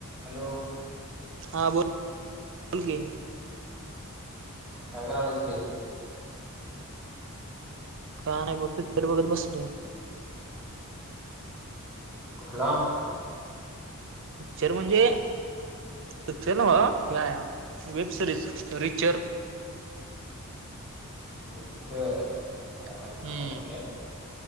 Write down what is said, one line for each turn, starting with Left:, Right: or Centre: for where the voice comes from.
Centre: Hello.
Right: हां बोल, बोल की.
Centre: काय करालायस रे?
Right: काय नाही बघ पित्तर बघत बसलोय.
Centre: कुठला?
Right: पिक्चर म्हणजे पिक्चर नव्ह हे वेब सिरीज रिचर.
Centre: <unintelligible> चर काय माहित
Right: हम्म
Centre: नाही कुटले.